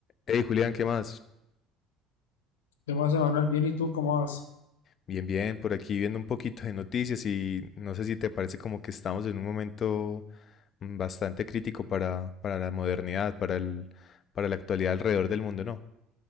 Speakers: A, on the left; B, on the left.
A: Hey Julián, ¿qué más?
B: De más, Emanuel, bien, ¿y tú cómo vas?
A: Bien, bien, por aquí viendo un poquito de noticias y no sé si te parece como que estamos en un momento mm, bastante crítico para, para la modernidad, para el, para la actualidad alrededor del mundo, ¿no?